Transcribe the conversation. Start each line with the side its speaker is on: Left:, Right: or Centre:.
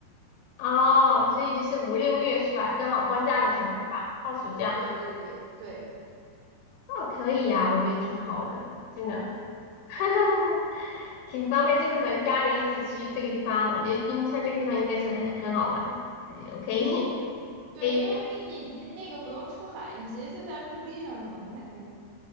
Left: 哦，所以就是五六月是吧？刚好放假的时候是吧？
Right: 嗯，
Left: 放暑假，
Right: 对对对对，
Left: 哦，可以呀、我觉得挺好的，真的。<laughs> 挺方便，就是和家人一起去这个地方，我觉得冰川这个地方应该是很很好玩，我觉得我可以
Right: 嗯，
Left: <laughs>
Right: 对，
Left: 可以
Right: 因为你那个不用出海，你直接就在陆地上就能看见，